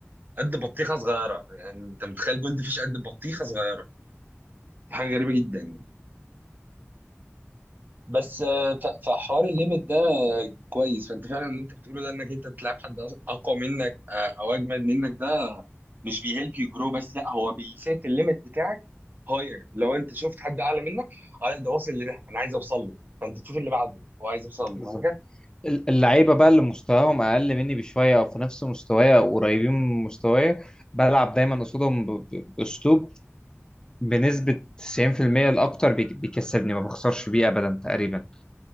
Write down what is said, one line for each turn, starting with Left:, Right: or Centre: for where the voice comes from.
Right: قد بطيخه صغيره يعني انت متخيل جولد فيش قد بطيخه صغيره دي حاجه غريبه جدا يعني. بس آه، ف- فحوار الليميت ده آه، كويس فانت فعلا اللي انت بتقوله ده انك انت تلعب حد أص- اقوى منك آه، او اجمد منك ده مش بيهلب يو جرو بس لا هو بيسيت الليميت بتاعك هاير لو انت شفت حد اعلى منك اه لا ده واصل لده انا عايز اوصل له فانت تشوف اللي بعده هو عايز يوصل له
Left: بالظبط
Right: وهكذا
Left: ال- اللعيبة بقى اللي مستواهم أقل مني بشوية أو في نفس مستوايا أو قريبين من مستوايا بلعب دايما قصادهم ب- ب- بأسلوب بنسبة 90% الأكتر بيك- بيكسبني ما بخسرش بيه أبدا تقريبا